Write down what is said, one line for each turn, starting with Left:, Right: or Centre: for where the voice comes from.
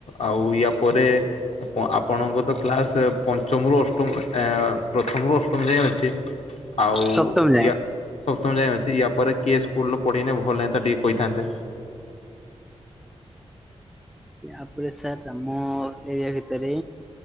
Left: ଆଉ ୟା ପରେ ଆପଣ ଆପଣଙ୍କ ତ କ୍ଲାସ ପଞ୍ଚମରୁ ଅଷ୍ଟମ ଯାଏ ପ୍ରଥମରୁ ଅଷ୍ଟମ ଯାଏ ଅଛି ଆଉ
Centre: ସପ୍ତମ ଯାଏଁ
Left: ୟା ସପ୍ତମଯାଏ ଅଛି ତାପରେ କେ ସ୍କୁଲର ପଢ଼ିଲେ ଭଲ ହେଥାନ୍ତା ଟିକିଏ କହିଥାନ୍ତେ?
Centre: ୟାପରେ ସାର୍ ଆମ ଏରିଆ ଭିତରେ